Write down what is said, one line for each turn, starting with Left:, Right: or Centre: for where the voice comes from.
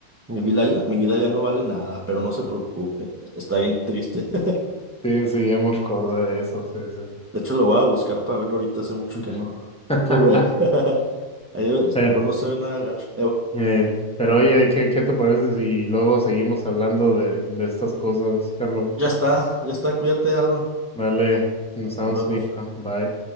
Right: mi vida ya, mi vida ya no vale nada, pero no se preocupe. Está bien triste. <laughs>
Centre: Sí, sí, ya me acordé de eso. Sí, sí,
Right: De hecho, lo voy a buscar para verlo ahorita. Hace mucho
Centre: sí.
Right: que no
Centre: <laughs>
Right: lo veo. <laughs> Ahí, este,
Centre: Pero,
Right: pues no se ve nada gacho.
Centre: eh, pero oye, ¿qué, qué te parece si luego seguimos hablando de, de estas cosas, Carlos?
Right: Ya está, ya está, cuídate, Arnold.
Centre: Dale, nos estamos
Right: Nos vemos.
Centre: viendo. Bye.